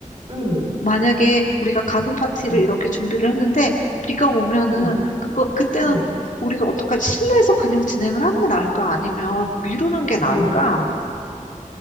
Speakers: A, on the right; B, on the left.
A: 응,
B: 만약에 우리가 가든 파티를
A: 응,
B: 이렇게 준비를 했는데 비가 오면은
A: 응,
B: 그거 그때는
A: 응,
B: 우리가 어떡하지? 실내에서 그냥 진행을 하는 게 나을까? 아니면 미루는 게 나을까?
A: 응.